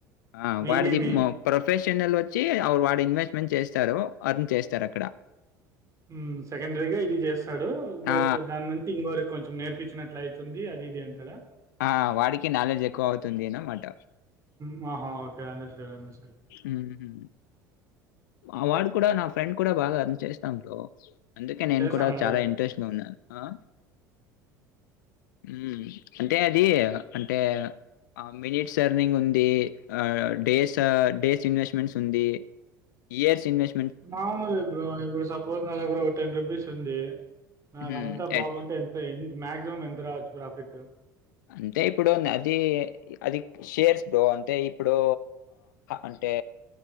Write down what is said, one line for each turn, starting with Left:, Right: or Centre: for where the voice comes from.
Left: ఆ
Right: మెయిన్
Left: వాడిది
Right: ఏమి
Left: మో ప్రొఫెష్ షనల్ వచ్చి వాడు ఇన్వెస్ట్మెంట్ చేస్తారు అర్న్ చేస్తారు అక్కడ
Right: ఊ సెకండరీగా ఇది చేస్తాడు బట్
Left: ఆ!
Right: దాని నుంచి ఇంకోరికి కొంచెం నేర్పించినట్ల అయితుంది అది ఇది అంటారా
Left: ఆ వాడికి నాలెడ్జ్ ఎక్కువ అవుతుంది అనమాట
Right: ఊ ఆహా ఓకే అండర్స్టాండ్ అండర్స్టాండ్
Left: హుహు. ఆ వాడు కూడా నా ఫ్రెండ్ కూడా బాగా ఎర్న్ చేస్తాం బ్రో అందుకే నేను
Right: చేస్తాను
Left: కూడా
Right: అలావిడ
Left: చాలా ఇంట్రెస్ట్గా ఉన్నాను ఆ ఊ అంటే అది అంటే ఆ మిరిట్స్ అంటే అర్నింగ్ ఉంది డేస్ ఆ డేస్ ఇన్వెస్ట్మెంట్స్ ఉంది ఇయర్స్ ఇన్వెస్ట్
Right: మాాముల్ ఇప్పుడ్ ఇప్పుడు సపోజ్ నా దగ్గర ఒక టెన్ రూపీస్ ఉంది నాకు
Left: హ్మ్.
Right: అంత
Left: ఎట్
Right: బాగుంటే ఎంత ఎ మాక్సిమం ఎంత రావచ్చు ప్రాఫిట్
Left: అంటే ఇప్పుడు అది అది షేర్స్ బ్రో అంటే ఇప్పుడు అంటే